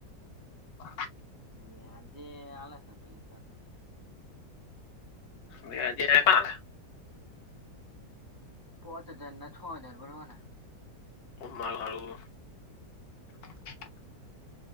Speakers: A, on the left; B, on the right.
A: ઓ
B: વ્યાજે આલે હે પૈસા તો.
A: વ્યાજે ના આલે.
B: પોચ હજારને છ હજાર બરોબર ને?
A: <inaudible>